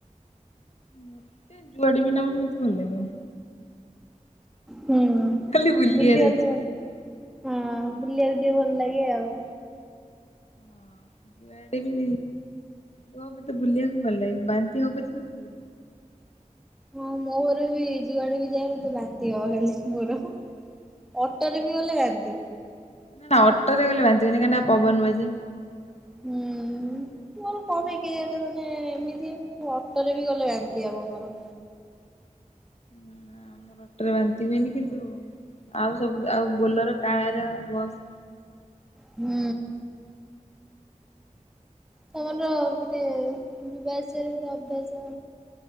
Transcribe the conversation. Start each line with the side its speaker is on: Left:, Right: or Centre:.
Left: ମତେ ଯୁଆଡ଼େବି ନବ, ମତେ ଭଲ ଲାଗିବ।
Centre: ହୁଁ
Left: ଖାଲି ବୁଲିବାର
Centre: ବୁଲିବାକୁ
Left: ଅଛି।
Centre: ଭଲ, ହଁ
Left: ହୁଁ
Centre: ବୁଲିବାକୁ ଟିକେ ଭଲ ଲାଗେ ଆଉ।
Left: ହଁ, ଇଆଡେ ବି କୁ ଆ ମତେ ବୁଲିବାକୁ ଭଲ ଲାଗିବ, ବାନ୍ତି ହଉ ପଛେ, ମତେ ବୁଲ
Centre: ହଁ ମୋର ବି ଯୁଆଡେ ବି ଯାଏ, ମତେ ବାନ୍ତି ହବ ଖାଲି ମୋର। ଅଟୋରେ ବି ବଲେ ବାନ୍ତି
Left: ନା ଅଟୋରେ ଗଲେ ବାଧିବନି, କାଇଁନା ପବନ ବାଜେ।
Centre: ହୁଁ ମୋର କଣ ପାଇଁ କେଇଆଣି ମାନେ ଏମିତି, ଅଟୋରେ ବି ଗଲେ ବାନ୍ତି ହବ ମୋର।
Left: ହୁଁ ମୋର ଅଟୋରେ ବାନ୍ତି ହୁଏନି କିନ୍ତୁ ଆଉ ସବୁ ଆଉ ବୋଲର୍, କାର୍, ବସ୍
Centre: ହୁଁ। ତମର ଗୋଟେ ଯିବାଆସିବାରେ ଗୋଟେ ଅଭ୍ୟାସ